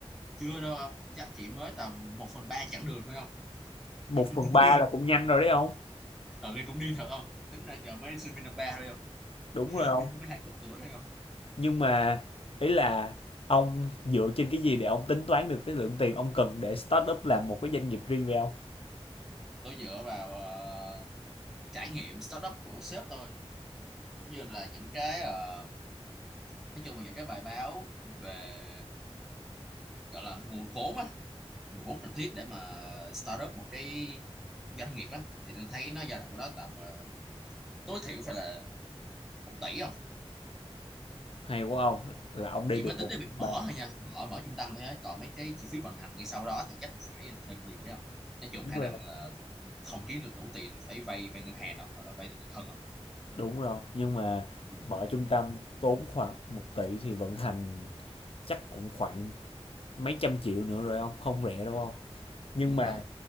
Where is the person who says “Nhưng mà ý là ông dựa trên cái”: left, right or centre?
Left